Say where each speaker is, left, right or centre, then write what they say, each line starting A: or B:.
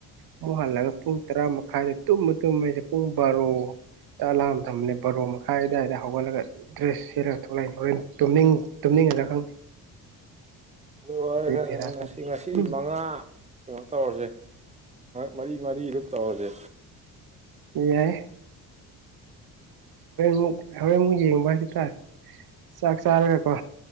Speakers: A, on the right; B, on the right.
A: ꯑꯃꯨꯛ ꯍꯜꯂꯒ ꯄꯨꯡ ꯇꯔꯥꯃꯨꯛ ꯥꯏꯗꯦ ꯇꯨꯝꯃ ꯇꯨꯝꯃꯁꯦ ꯄꯨꯡ ꯕꯥꯔꯣ ꯇꯂꯥ ꯊꯝꯕꯅꯦ ꯕꯔꯣ ꯃꯈꯥꯏ ꯑꯗꯨꯋꯥꯏꯗ ꯍꯧꯒꯠꯂꯒ ꯗ꯭ꯔꯦꯁ ꯁꯤꯔꯒ ꯊꯣꯛꯂꯛꯅꯤ ꯍꯣꯔꯦꯟꯅꯤꯡ ꯈꯪꯗꯤ
B: ꯎ ꯑꯗꯨꯒ
A: ꯕꯦꯔꯥ
B: ꯉꯁꯤ
A: ꯀꯥꯅꯤ
B: ꯉꯁꯤꯗꯤ
A: ꯎꯝ
B: ꯃꯉꯥ ꯀꯩꯅꯣ ꯇꯧꯔꯁꯦ ꯃꯔꯤ ꯃꯔꯤ ꯑꯗꯨꯝ ꯇꯧꯔꯁꯦ
A: ꯌꯥꯏ ꯍꯨꯛ ꯍ ꯑꯃꯨꯛ ꯌꯦ ꯃꯒꯤ ꯇ ꯆꯥꯛ ꯆꯔꯒ ꯀꯣ